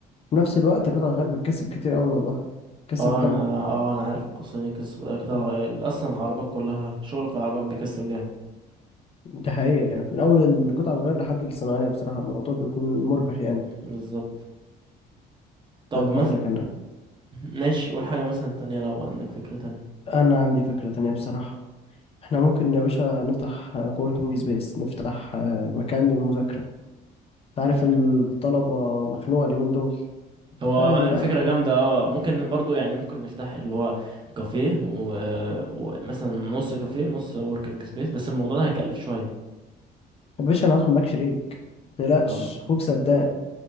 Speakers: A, on the left; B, on the right.
A: في نفس الوقت قطع الغيار بتكسب كتير قوي والله بتكسب
B: اه
A: حلو
B: انا اه انا عارف القصة دي قصة قطع
A: مم.
B: الغيار اصلا العربيات كلها شغل في العربيات بيكسب جامد
A: ده حقيقة يعني من اول القطع الغيار لحد الصناعية بصراحة الموضوع بيكون مربح يعني
B: بالظبط طب
A: طيب
B: مثلا
A: هقول لك انا
B: ماشي قول حاجة مثلا تانية لو عندك فكرة تانية
A: انا عندي فكرة تانية بصراحة احنا ممكن يا باشا نفتح كوركينج سبيس نفتح آه، مكان للمذاكرة عارف
B: مم.
A: الطلبة مخنوقة اليومين دول
B: هو
A: انت فاهم بقى
B: فكرة جامدة اه ممكن برضو يعني ممكن نفتح اللي هو كافيه ومثلا و... ومثلاً نص كافيه نص وركينج سبيس بس الموضوع ده هيكلف شوية
A: يا باشا انا هدخل معاك شريك متقلقش
B: طب
A: اخوك سداد